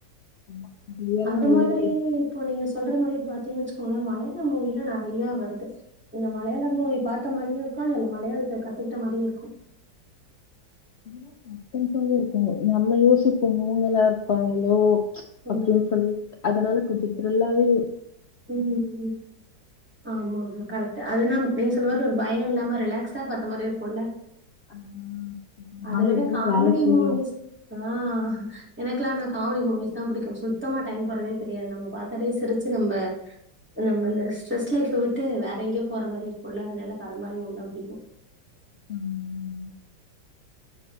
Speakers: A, on the left; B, in the centre.
A: ஆமா வேணா
B: அது
A: நம்மளால
B: மாதிரி
A: கெஸ்
B: இப்போ நீங்க சொல்ற மாதிரி பாத்தீங்கன்னு வெச்சுக்கோங்களே மலையாள மூவி எல்லா நெறையா வருது நீங்க மலையாள மூவி பாத்த மாரியு இருக்கு இதுல்ல மலையாளத்த கத்துக்கிட்ட மாரியு இருக்கு
A: நல்லா சஸ்பென்சாவே இருக்கு நாமளே யோசிப்போ இவங்கலா இருப்பாங்லோ
B: ஆமாமா.
A: அப்டின்னு சொல்லி அதனால கொஞ்ச திரில்லாவே
B: ம் ம் ஆமா ஆமா கரெக்ட் அதுனா நீங்க சொல்ல மாரி ஒரு பயோ இல்லாம ரிலாக்ஸ்டா பாத்த மாரி இருக்குல்ல
A: ஆ நாளை
B: அத விட
A: எப்பவும்
B: காமெடி
A: வேலை செய்யும்.
B: மூவிஸ் ஆ எனக்குல்லா ஆனா காமெடி மூவிஸ் தா பிடிக்கு சுத்தமா டைம் போறதே தெரியாது நம்ம பாத்தாலே சிரிச்சி நம்ம நம்ம இந்த ஸ்ட்ரெஸ் லைப்ப விட்டு வேற எங்கயோ போற மாரி இருக்கும்ல்ல அதனால எனக்கு அது மாரி மூவி தா பிடிக்கும்
A: ம்